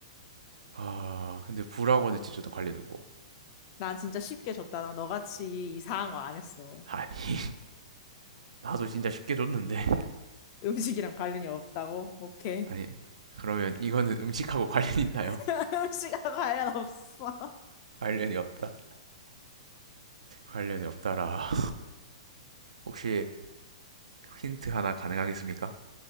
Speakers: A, on the right (about 85°); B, on the left (about 40°).
A: 아, 근데 불하고는 진짜 관련 없고.
B: 난 진짜 쉽게 줬다. 난 너같이 이상한 거 안 했어.
A: 아니, 나도 진짜 쉽게 줬는데.
B: 음식이랑 관련이 없다고? 오케이.
A: 아니, 그러면 이거는 음식하고 <laughs> 관련이 있나요?
B: <laughs> 음식하고 관련 없어.
A: 관련이 없다. 관련이 없다라. 혹시 힌트 하나 가능하겠습니까?